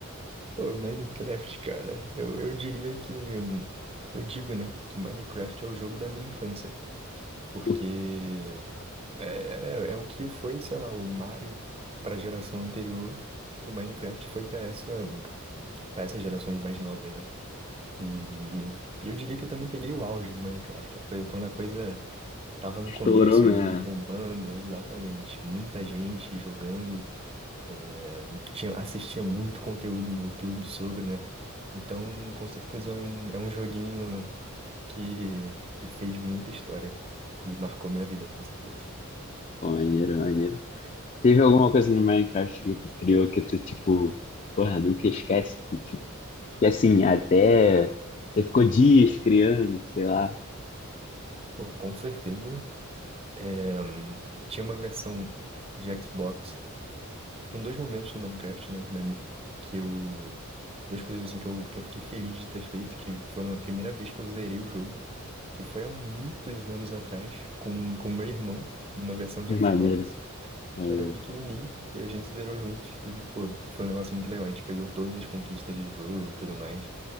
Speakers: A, on the right; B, on the left.
A: Pô, Minecraft, cara, eu, eu diria que. hum, Eu digo, né, que Minecraft é o jogo da minha infância. Porque
B: Pô,
A: é, é, é o que foi, sei lá, o Mario para a geração anterior, o Minecraft foi para essa, para essas gerações mais novas, né? E eu diria que eu também peguei o auge do Minecraft, a coi- quando a coisa Tava no
B: estourou,
A: começo
B: né?
A: ali, bombando, exatamente. Muita gente jogando. é, tinha, assistia muito conteúdo no YouTube sobre, né? Então, com certeza é um, é um joguinho que, que fez muita história e marcou minha vida, com certeza.
B: Pô, maneiro, maneiro. Teve alguma coisa no Minecraft que tu criou que tu, tipo, porra, nunca esquece que, que assim, até você ficou dias criando, sei lá.
A: Pô, com certeza. é, tinha uma versão de Xbox Tem dois momentos do Minecraft, né? da- que eu. Duas coisas assim que eu, que eu fiquei feliz de ter feito, que foram a primeira vez que eu zerei o jogo, que foi há muitos anos atrás, com, com meu irmão, numa versão de
B: Maneiro,
A: Xbox.
B: maneiro.
A: Eu era pequenininho e a gente zerou juntos. E, pô, foi um negócio muito legal. A gente pegou todas as conquistas do jogo e tudo mais.